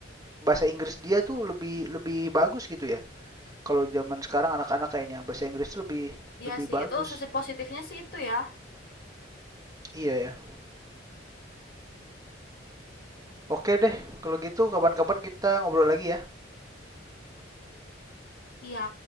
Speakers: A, on the right; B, on the left.
A: bahasa Inggris dia tuh lebih lebih bagus gitu ya. Kalau zaman sekarang anak-anak kayaknya bahasa Inggris lebih
B: iya
A: lebih
B: sih
A: bagus.
B: itu sisi positifnya sih itu ya.
A: Iya, ya. Oke deh, kalau gitu kapan-kapan kita ngobrol lagi ya.
B: Iya.